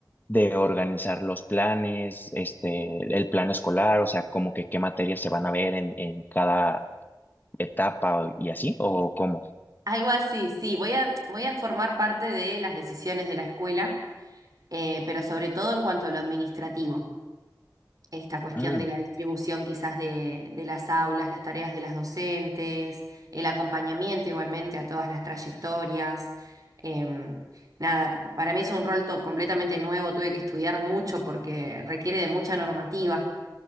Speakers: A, on the left; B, on the right.
A: de organizar los planes, este, el plan escolar, o sea, como que qué materias se van a ver en, en cada etapa o- y así, o cómo.
B: Algo así, sí, voy a, voy a formar parte de las decisiones de la escuela, eh, pero sobre todo en cuanto a lo administrativo, esta cuestión
A: Mm,
B: de la distribución quizás de, de las aulas, las tareas de las docentes, el acompañamiento igualmente a todas las trayectorias. em, nada, para mí es un rol to- completamente nuevo, tuve que estudiar mucho porque requiere de mucha normativa